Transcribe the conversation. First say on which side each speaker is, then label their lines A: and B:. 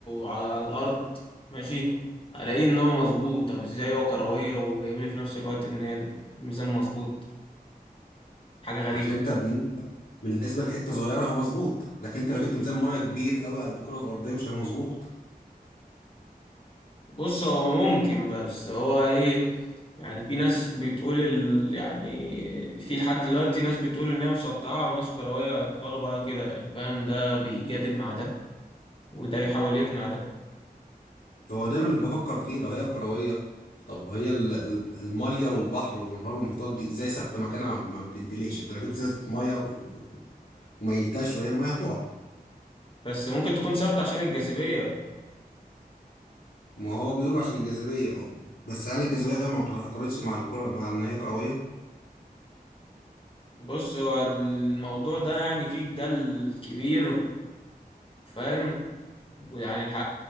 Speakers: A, on the left (about 35°); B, on the left (about 80°).
A: على الارض ماشي الاقيه ان هو مظبوط طب ازاي هو كروية وجايب لي في نفس الوقت ان هي الميزان مظبوط حاجة غريبة
B: عشان انت بالنسبه بالنسبه لحته صغيره هو مظبوط لكن انت لو جبت ميزان ميه كبير قوي قد الكره الارضيه مش هيبقى مظبوط
A: بص هو ممكن بس هو ايه يعني في ناس بتقول ال... يعني في لحد دلوقتي ناس بتقول ان هي مسطعه وناس كرويه يفضلوا بقى كده يعني فاهم ده بيجادل مع ده وده يحاول يقنع ده
B: هو دايما اللي بفكر فيه لو هي كروية طب هي ال- ال- المية والبحر والانهار والمحيطات دي ازاي ثابتة مكانها ما ما بتديليش انت لو جبت ازازة مية و... و- وميلتهاش وهي المية هتقع
A: بس ممكن تكون ثابته عشان الجاذبيه
B: ما هو بيقولوا عشان الجاذبية اه بس هل الجاذبية ما بتعترضش مع الكرة مع ان هي كروية؟
A: بص هو الموضوع ده يعني فيه جدال كبير فاهم ويعني الح...